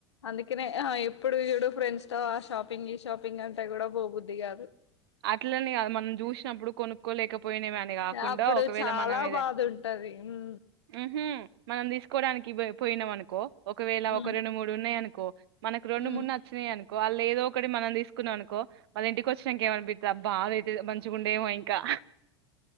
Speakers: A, on the left; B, on the right.
A: అందుకనే ఇప్పుడు చడు ఫ్రెండ్స్ తో ఆ షాపింగ్ ఈ షాపింగ్ అంటే కూడా బోబుద్ది కాదు
B: అట్లని కాదు మనం చూసినప్పుడు కొనుక్కోలేకపోయినావి అని కాకుండా
A: అప్పుడు
B: ఒకవేళ
A: చాలా
B: మన మీదహా
A: బాధ ఉంటది ఉమ్
B: ఉమ్ హ్మ్ మనం తీసుకోవడానికి పోయినాం అనుకో ఒకవేళ ఒక
A: ఉమ్
B: రెండు మూడు ఉన్నాయి అన కో మనకు రెండుూ
A: ఉమ్
B: మూడు నచ్చినాయి అనుకో వాళ్ళ ఏదో ఒకటి మనం తీసుకున్నానుకో మళ్ళ ఇంటికి వచ్చినాక ఏమ బాధ అయితే మంచిగుండేమో ఇంకా